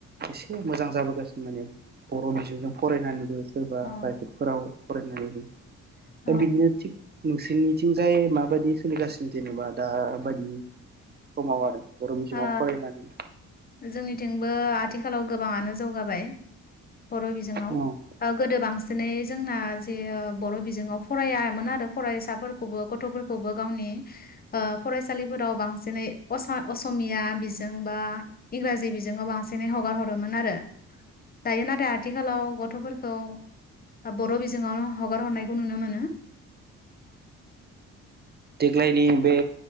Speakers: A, on the right; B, on the left.
A: एसे मोजां जाबोगासिनो माने बर' बिजोंजों फरायनानैबो सोरबा
B: औ
A: फ्रायबेटफोराव फरायनानैबो
B: औ
A: ओ बिदिनो थिग नोंसिनिथिंजाय माबायदि सोलिगासिनो जेनेबा दा बादि समाव आरो। बर' बिजोंआव
B: ओ
A: फरायनानै
B: जोंनिथिंबो आथिखालाव गोबाङानो जौगाबाय। बर' बिजोङाव
A: औ
B: ओ गोदो बांसिनै जोंना जे बर बिजोङाव फरायामोन आरो फरायसाफोरखौबो गथफोरखौबो गावनि ओ फरायसालिफोराव बांसिनै अस असमिया बिजों बा इंराजि बिजोङो बांसिनै हगार हरोमोन आरो। दायो नाथाय आ थिखालाव गथफोरखौ हा बर बिजोङावनो हगार हरनायखौ नुनो मोनो।
A: देग्लायनि बे